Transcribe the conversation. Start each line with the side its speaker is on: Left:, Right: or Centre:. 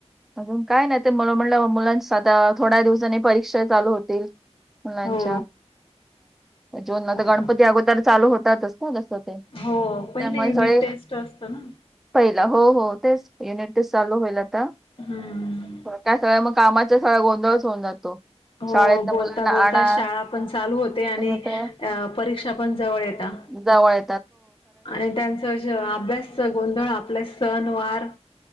Centre: अजून काय नाही ते म म्हणलं मुलां आता थोड्या दिवसानी परीक्षा चालू होतील. मुलांच्या
Left: हो.
Centre: जुन मध्ये
Left: हो
Centre: तर गणपती
Left: ना.
Centre: अगोदर चालू होतातच, ते
Left: हो पहिले
Centre: त्यामुळे
Left: युनिट
Centre: सगळे
Left: टेस्ट असतं ना.
Centre: पहिलं. हो हो तेच युनिट टेस्ट चालू होईल आता
Left: हम्म.
Centre: काय सग मग, कामाचा सगळा गोंधळच होन जातो.
Left: हो
Centre: शाळेत
Left: बोलता
Centre: मुलांना
Left: बोलता
Centre: आणा
Left: शाळा पण चालू होते आणि
Centre: होत,
Left: अ, परीक्षा पण जवळ येता.
Centre: जाव य
Left: आणि त्यांचं अभ्यासच गोंधळ आपल्या सण वार,